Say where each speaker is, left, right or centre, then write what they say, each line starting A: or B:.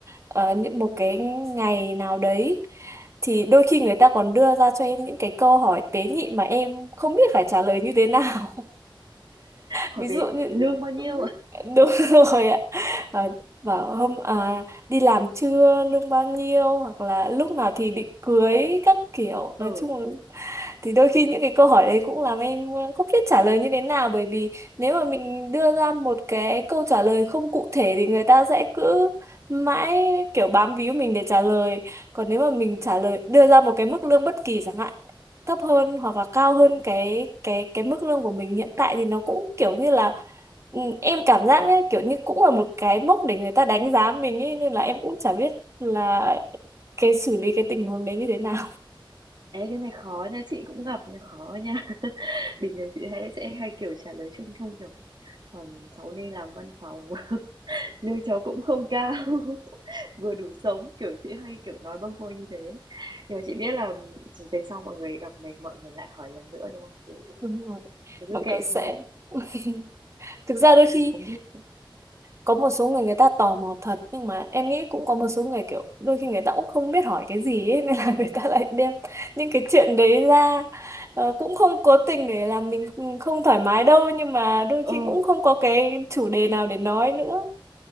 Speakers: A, on the right (about 35°); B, on the right (about 55°).
A: ờ, những một cái ngày nào đấy thì đôi khi người ta còn đưa ra cho em những cái câu hỏi tế nhị mà em không biết phải trả lời như thế nào
B: Hỏi
A: ví dụ
B: về
A: như
B: lương bao nhiêu?
A: ừ, đúng rồi ạ và bảo hôm à, đi làm chưa lương bao nhiêu hoặc là lúc nào thì định cưới các kiểu
B: <laughs>
A: nói
B: Ừ.
A: chung là thì đôi khi những cái câu hỏi đấy cũng làm em không biết trả lời như thế nào bởi vì nếu mà mình đưa ra một cái câu trả lời không cụ thể thì người ta sẽ cứ mãi kiểu bám víu mình để trả lời còn nếu mà mình trả lời đưa ra một cái mức lương bất kỳ chẳng hạn thấp hơn hoặc là cao hơn cái cái cái mức lương của mình hiện tại thì nó cũng kiểu như là ừ, em cảm giác nhé kiểu như cũng là một cái mốc để người ta đánh giá mình ấy nên là em cũng chả biết là cái xử lý cái tình huống đấy như thế nào
B: Ê, cái này khó nha, chị cũng gặp nha, khó nha. <laughs> Bình thường chị hay sẽ hay kiểu trả lời chung chung kiểu "Ừm, cháu đi làm văn phòng, <laughs> lương cháu cũng không cao, <laughs> vừa đủ sống", kiểu chị hay kiểu nói bâng quơ như thế. Nhưng mà chị biết là về sau mọi người gặp mình, mọi người lại hỏi lần nữa, đúng không? Kiểu
A: <laughs>
B: thế.
A: đúng rồi
B: Thế
A: mọi
B: cứ kệ
A: người sẽ
B: thôi,
A: <laughs> thực ra đôi khi
B: không biết s
A: có một số người người ta tò mò thật nhưng mà em nghĩ cũng có một số người kiểu đôi khi người ta cũng không biết hỏi cái gì ấy <laughs> nên là người ta lại đem những cái chuyện đấy ra Ờ, cũng không cố tình để làm mình không thoải mái đâu nhưng mà đôi
B: ờ.
A: khi cũng không có cái chủ đề nào để nói nữa